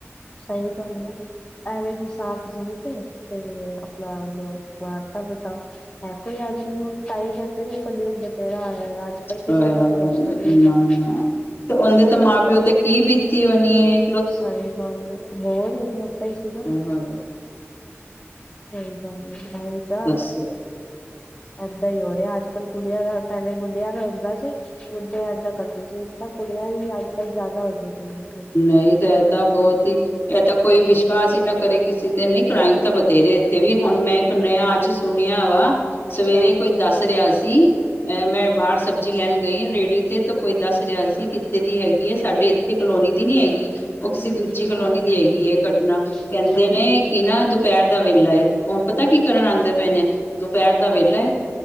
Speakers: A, on the left; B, on the left.
A: ਸਹੀ ਗੱਲ ਹੈ ਐਵੇਂ ਵੀ ਸਾਾਬ ਚੂਣ ਕੇ ਤੇ ਆਪਣਾ ਹੁਣ। ਮਾਰਤਾ ਬਤਾਓ ਹੈਂ ਕੋਈ ਅੱਜ ਤਾਂਾਈ ਕਹਦੇ ਰਹੇ ਕਲਯੁਗ ਬਥੇਰਾ ਆਇਆ ਅੱਜ। ਕੱਲ ਕਿਸੇ
B: ਆ
A: ਦਾ ਭਰੋਸਾ ਨਹੀਂ
B: ਨਾ
A: ਹੈਗਾ।
B: ਨਾ ਤੇ ਉਹਦੇ
A: ਪਤਾ
B: ਤੇ
A: ਹੀ
B: ਮਾਂ-ਪਿਓ
A: ਨਹੀਂ ਚੱਲਦਾ
B: ਤੇ ਕੀ ਬੀਤੀ ਹੋਨੀ ਏ?
A: ਸਹੀ ਗਾਲ ਹੋਰ ਇੱਕ ਲੜਕਾ ਹੀ ਸੀਗਾ।
B: ਹਾਂ।
A: ਸਹੀ ਗੱਲ ਹੈ ਇਹੀ ਤਾਂ
B: ਦੱਸੋ
A: ਏਦਾਂ ਹੀ ਹੋ ਰਿਹਾ ਅੱਜ-ਕੱਲ੍ਹ ਕੁੜੀਆਂ ਦਾ। ਪਹਿਲੇ ਮੁੰਡੇਆਂ ਦਾ ਹੁੰਦਾ ਸੀ। ਮੁੰਡੇ ਔਂਏਦਾਂ ਕਰਦੇ ਸੀ ਹੁਣ ਤਾਂ ਕੁੜੀਆਂ ਵੀ ਅੱਜ-ਕੱਲ੍ਹ ਜ਼ਿਆਦਾ ਹੋਈਆਂ ਜਾਂਦੀਆਂ।
B: ਨਹੀਂ ਤਾਂ ਇਹ ਤਾਂ ਬਹੁਤ ਹੀ ਇਹ ਤਾਂ ਕੋਈ ਵਿਸ਼ਵਾਸ ਹੀ ਨਾ ਕਰੇ ਕਿਸੇ ਤੇ ਨਹੀਂ ਕ੍ਰਾਈਮ ਤਾਂ ਬਥੇਰੇ ਇੱਥੇ ਵੀ ਹੁਣ ਮੈ ਨਯਾ ਅੱਜ ਸੁਣਿਆ ਵਾ ਸਵੇਰੇ
A: ਅੱਛਾ
B: ਕੋਈ ਦੱਸ ਰਿਹਾ ਸੀ ਅ ਮੈਂ ਬਾਹਰ ਸਬਜ਼ੀ ਲੈਣ ਗਈ ਰੇੜੀ ਤੇ ਤਾਂ ਕੋਈ ਦੱਸ ਰਿਹਾ ਸੀ। ਕਿੱਥੇ ਦੀ ਹੈਗੀ ਹੈ ਸਾਡੇ ਇੱਥੇ ਕਲੋਨੀ ਦੀ ਨੀ ਹੈਗੀ ਉਹ ਕਿਸੇ ਦੂਜੀ
A: ਅੱਛਾ
B: ਕਲੋਨੀ ਦੀ ਹੈਗੀ ਏ ਘਟਨਾ ਕਹਿੰਦੇ
A: ਅੱਛਾ
B: ਨੇ ਕੀ ਨਾ ਦੁਪਹਿਰ ਦਾ ਵੇਲਾ ਏ ਹੁਣ ਪਤਾ ਕੀ ਕਰਨ ਆਦੇ ਪਏ ਨੇ ਦੁਪਹਿਰੇ ਤਾਂ ਵੇਲਾ